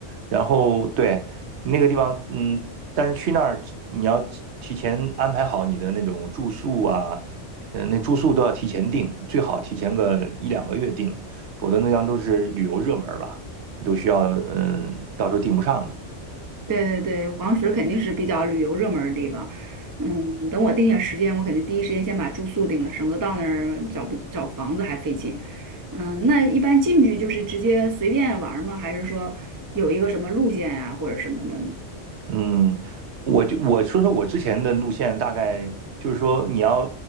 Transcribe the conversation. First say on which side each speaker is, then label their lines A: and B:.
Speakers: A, on the right; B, on the right.
A: 然后对那个地方，嗯，但是去那儿你要提提前安排好你的那种住宿啊，嗯，那住宿都要提前订，最好提前个一两个月订，否则那样都是旅游热门儿吧，都需要嗯，到时候订不上的。
B: 对对对，黄石肯定是比较旅游热门儿的地方。嗯，等我定下时间，我肯定第一时间先把住宿定了，省得到那儿找不找房子还费劲。嗯，那一般进去就是直接随便玩儿吗？还是说有一个什么路线呀、或者什么的呢？
A: 嗯，我就我说说我之前的路线，大概就是说你要